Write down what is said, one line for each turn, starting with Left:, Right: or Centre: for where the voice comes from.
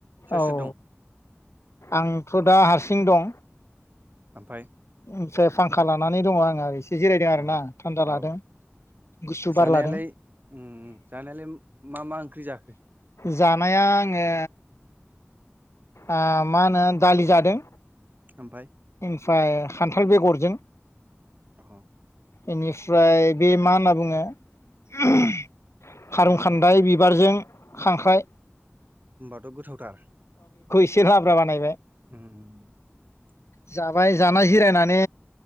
Right: सोर
Left: औ औ
Right: सोर दं
Left: आंथ' दा हारसिं दं
Right: ओमफ्राय
Left: ओमफ्राय फांखा लानानै दंङ आंङो एसे जिरायदों आरो
Right: अ
Left: ना थान्दा
Right: औ
Left: लादों गुसु
Right: जानायालाय
Left: बार लादों
Right: उम जानायालाय मा मा ओंख्रि जाखो?
Left: जानाया आंङो आ मा होनो दालि जादों
Right: ओमफ्राय?
Left: ओमफ्राय खान्थाल बेगरजों
Right: औ
Left: बेनिफ्राय बे मा होनना बुंङो उमह खारुं
Right: मा
Left: खान्दाय बिबारजों खांख्राइ
Right: होनबाथ' गोथावथार
Left: से लाब्रा बानायबाय
Right: उम
Left: जाबाय जाना जिरायनानै